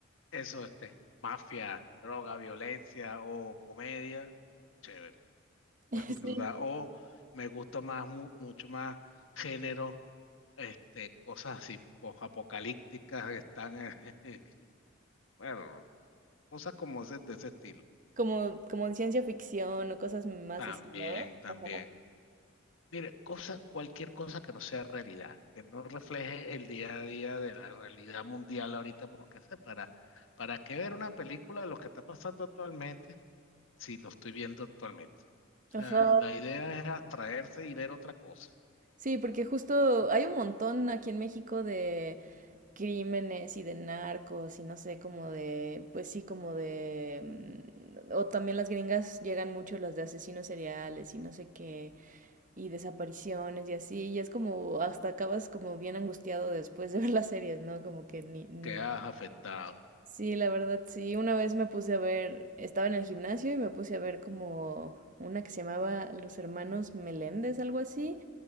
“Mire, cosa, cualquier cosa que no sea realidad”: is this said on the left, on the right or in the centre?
Left